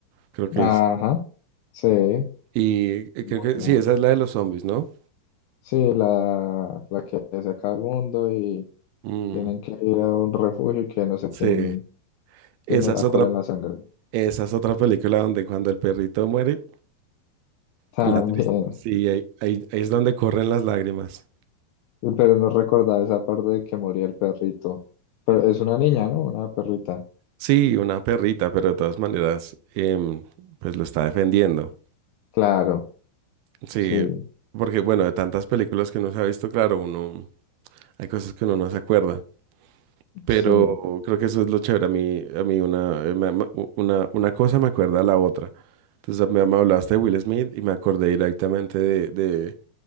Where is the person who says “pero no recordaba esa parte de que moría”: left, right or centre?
Left